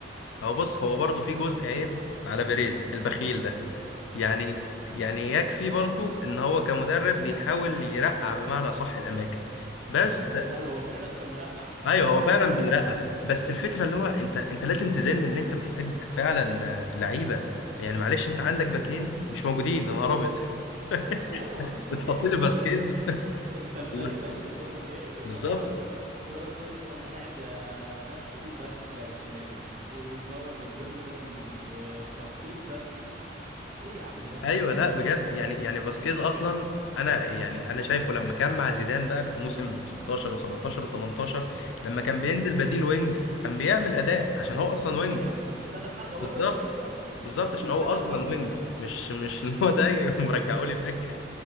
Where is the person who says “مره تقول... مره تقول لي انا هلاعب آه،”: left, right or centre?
Right